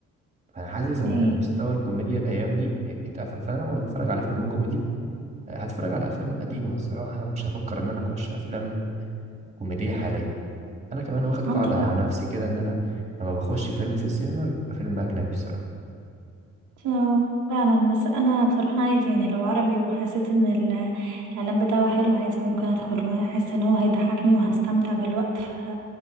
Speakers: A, on the right; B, on the right.
A: فانا حاسس ان
B: ايه
A: مستوى الكوميديا الايام دي اتقفل فانا لو هتفرج على فيلم كوميدي هتفرج على افلام القديمه الصراحه مش هفكر ان انا اخش افلام كوميديه حاليا انا كمان واخد
B: عندك
A: قاعده
B: حق
A: على نفسي كده ان انا لما بخش فيلم في السينما بيبقى فيلم اجنبي الصراحه
B: أه، فعلا بس أنا بصراحة عايز يعني لو عربي وحسيت إن ال- الإعلان بتاعه حلو عادي ممكن أدخله حاسة إن هو هيضحكني وهستمتع بالوقت ف...